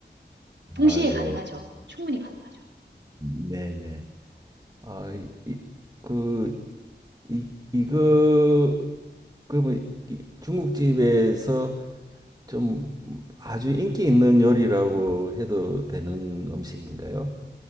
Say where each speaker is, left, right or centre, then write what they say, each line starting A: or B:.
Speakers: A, on the right; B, on the right.
A: 동시에
B: 아, 예.
A: 가능하죠. 충분히 가능하죠.
B: 네, 네. 아, 이, 이- 그, 이, 이거, 그러면 이 중국집에서 좀 아주 인기 있는 요리라고 해도 되는 음식인가요?